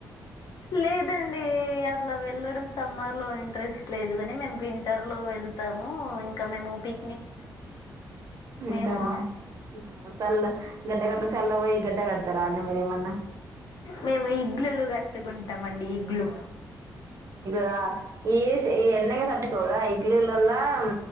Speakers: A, on the left; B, on the right.
A: లేదండి అట్లా వెళ్ళడం సమ్మర్ లో ఇంట్రెస్ట్ లేదు కాని మేము వింటర్ లో వెళ్తా తాము ఇంకా మేము పిక్నిక్
B: వింటర్లా
A: మేమా
B: ఆ చల్ల గడ్డ గడ్డ చల్ల పోయి గడ్డ కడతారా అండీ మీరు ఎమన్నా
A: మేము ఇడ్లీలు కట్టుకుంటాం అండీ ఇడ్లీ
B: రా ఎస్ ఎన్ని ఐనా కట్టుకోడా ఇడ్లీలల్ల హ్